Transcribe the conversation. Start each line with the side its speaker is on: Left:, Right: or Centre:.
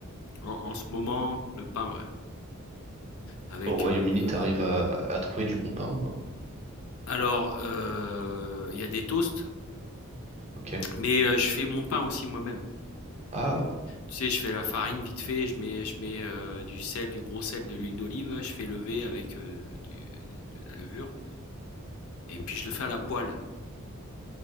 Left: En en ce moment, le pain, ouais. Avec,
Right: Au Royaume-Uni,
Left: heu,
Right: t'arrives à, à trouver du bon pain? euh,
Left: alors, heu, il y a des toasts,
Right: Ok.
Left: mais heu, je fais mon pain aussi moi-même.
Right: Ah,
Left: Tu sais, je fais la farine vite fait, je mets je mets, heu, du sel, du gros sel, de l'huile d'olive, je fais lever avec, heu, du de la levure et puis je le fais à la poêle.